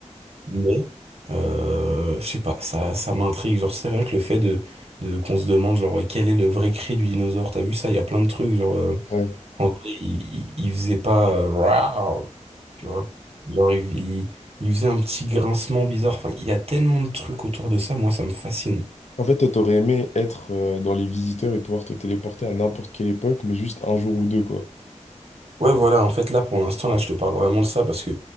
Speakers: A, on the right; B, on the left.
A: Mais, euh, je sais pas, ça, ça m'intrigue. Genre, c'est rien que le fait de, de qu'on se demande, genre, euh, quel est le vrai cri du dinosaure. T'as vu ça? Il y a plein de trucs. Genre, euh,
B: Ouais.
A: en vrai, il, il, il faisait pas. euh, Rawr tu vois. Genre, il, il, il faisait un petit grincement bizarre. Enfin, il y a tellement de trucs autour de ça. Moi, ça me fascine.
B: En fait, toi, t'aurais aimé être euh, dans les visiteurs et pouvoir te téléporter à n'importe quelle époque, mais juste un jour ou deux, quoi.
A: Ouais, voilà, en fait, là, pour l'instant, là, je te parle vraiment de ça parce que